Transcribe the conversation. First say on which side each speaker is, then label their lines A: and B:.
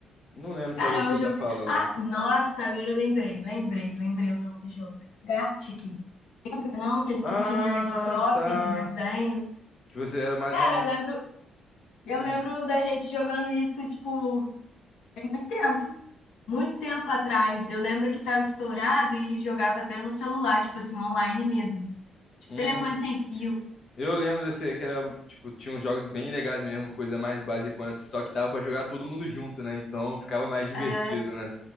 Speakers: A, on the left; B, on the left.
A: Não lembro
B: Cara,
A: qual jogo
B: é
A: você
B: um jogo.
A: tá falando.
B: Ah, nossa, agora eu lembrei, lembrei, lembrei o nome do jogo. Gartic. Não, que
A: Ah,
B: que tinha stop
A: tá.
B: de desenho.
A: Que você era mais
B: Cara,
A: uma.
B: eu lembro, eu
A: Hum,
B: lembro da gente jogando isso, tipo, muito tempo. Muito tempo atrás, eu lembro que tava estourado e jogava até no celular, tipo assim, online mesmo. Tipo,
A: hum,
B: telefone sem fio.
A: Eu lembro desse, que era, tipo, tinha uns jogos bem legais mesmo, coisa mais basicona, assim, só que dava pra jogar todo mundo junto, né? Então ficava mais divertido,
B: eh,
A: né?